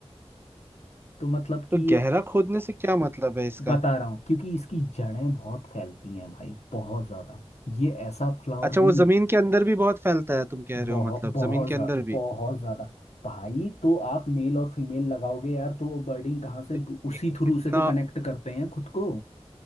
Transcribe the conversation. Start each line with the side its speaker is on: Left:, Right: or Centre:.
Left: तो मतलब कि
Right: तो गहरा खोदने से क्या मतलब है इसका
Left: बता रहा हूँ क्योंकि इसकी जड़ें बहुत फैलती हैं भाई बहुत ज्यादा ये ऐसा फ्लावर
Right: अच्छा
Left: नहीं
Right: वो जमीन
Left: है
Right: के अंदर भी बहुत फैलता है तुम कह रहे
Left: बहुत
Right: हो मतलब
Left: बहुत
Right: जमीन
Left: ज्यादा
Right: के अंदर
Left: बहुत
Right: भी
Left: ज्यादा भाई तो आप मेल और फीमेल लगाओगे यार तो वो बर्डिंग कहाँ से
Right: तो
Left: उसी
Right: एक
Left: थ्रू
Right: इतना
Left: से तो कनेक्ट करते हैं खुद को